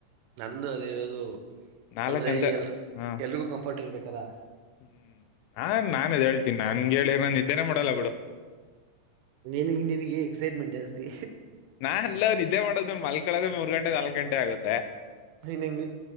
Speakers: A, on the right; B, on the left.
A: ನಂದು ಅದ ರದು
B: ನಾಲ್ಕ
A: ಅಂದ್ರೆ
B: ಅಂತೆ
A: ಎಲ್
B: ಹಾ
A: ಎಲ್ರಿಗೂ ಕಂಫರ್ಟ್ ಇರ್ಬೇಕದಾ
B: ಹ್ಮ್ ನಾನ್ ನಾನದ್ ಹೇಳ್ತೀನಿ ನನ್ ಹೇಳಿ ನ ಇದಿದ್ದೇನೆ ಮಾಡಲ್ಲ ಬಿಡು
A: ನಿನಗೆ ನಿನಗೆ ಎಕ್ಸೈಟ್ಮೆಂಟ್ ಜಾಸ್ತಿ
B: ನಾನ್ ಅಲ್ಲರು ಇದೇ ಮಾಡೋದು ಮಲ್ ಕಳದ ಮೂರ್ ಗಂಟೆ ನಾಲ್ಕು ಗಂಟೆ ಆಗತ್ತೆ
A: ಹನಂಗ